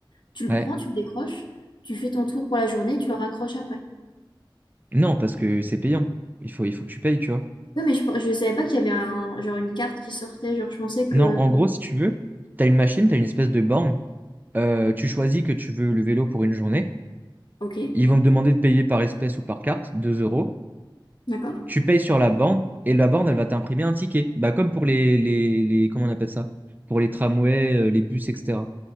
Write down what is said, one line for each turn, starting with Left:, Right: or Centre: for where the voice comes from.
Left: tu le
Right: Ouais.
Left: prends, tu le décroches, tu fais ton tour pour la journée, tu le raccroches après.
Right: Non, parce que c'est payant. Il faut, il faut que tu payes, tu vois.
Left: Oui, mais je, pe- je savais pas qu'il y avait un, genre une carte qui sortait, genre je pensais que.
Right: Non, en gros, si tu veux, tu as une machine, tu as une espèce de borne. Euh, tu choisis que tu veux le vélo pour une journée.
Left: Ok,
Right: Ils vont te demander de payer par espèce ou par carte, 2 euros.
Left: d'accord.
Right: Tu payes sur la borne et la borne, elle va t'imprimer un ticket. Bah, comme pour les, les, les, comment on appelle ça? Pour les tramways, euh, les bus, etc.